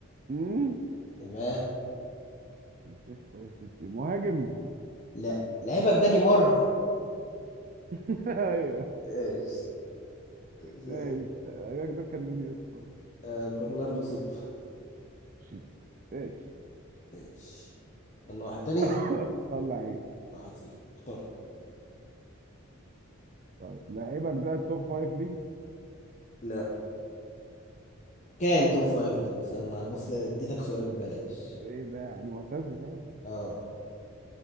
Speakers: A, on the right; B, on the left.
A: أمم.
B: تمام
A: مانشستر سيتي مهاجم
B: لا لعيبك ده نيمار
A: <laughs> ايوه
B: آه، لا،
A: ماشي لعيبك ده كان مين يا اسطى
B: آه، برناردو سيلفا
A: شيت ماشي
B: ماشي يلا واحد تاني
A: <coughs> طلع ايه
B: واحد صفر اختار
A: طيب لعيبك ده توب فايف ليج
B: لا كان
A: طيب
B: توب فايف ليك يلا بص اديتك سؤال ببلاش
A: ايه ده يعني معتزل ها
B: اه